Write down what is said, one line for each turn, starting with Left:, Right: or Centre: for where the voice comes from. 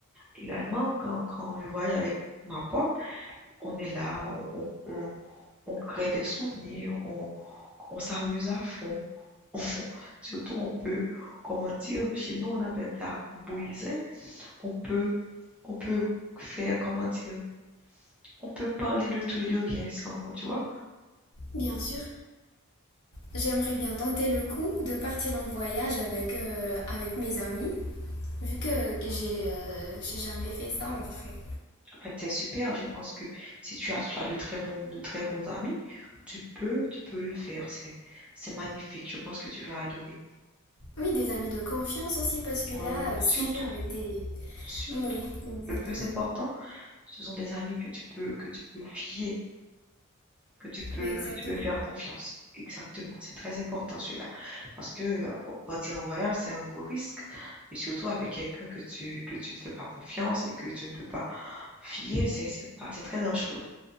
Centre: Également, quand, quand je voyage avec ma pote, on est là, on, on, on- on crée des souvenirs, on, on s'amuse à fond. <laughs> On- surtout, on peut, comment dire, chez nous, on appelle ça bouiser. On peut, on peut faire, comment dire, on peut parler de tout et de rien sans, tu vois.
Left: Bien sûr, j'aimerais bien tenter le coup de partir en voyage avec, euh, avec mes amis, vu que, que j'ai euh, j'ai jamais fait ça en vrai.
Centre: En fait, c'est super. Je pense que si tu as, tu as de très bons, de très bons amis, tu peux, tu peux le faire. C'est, c'est magnifique. Je pense que tu vas adorer.
Left: Oui, des amis de confiance aussi, parce que
Centre: Ouais,
Left: là,
Centre: ouais, ouais.
Left: euh, si
Centre: Surtout,
Left: tu viens avec des...
Centre: surtout.
Left: Oui, exactement.
Centre: Le plus important, ce sont des amis que tu peux, que tu peux fier, que tu peux,
Left: Oui, Exactement.
Centre: que tu peux faire confiance. Exactement. C'est très important celui-là. Parce que euh, partir en voyage, c'est un gros risque. Et surtout avec quelqu'un que tu, que tu ne fais pas confiance et que tu ne peux pas fier, c'est, c'est pas, c'est très dangereux.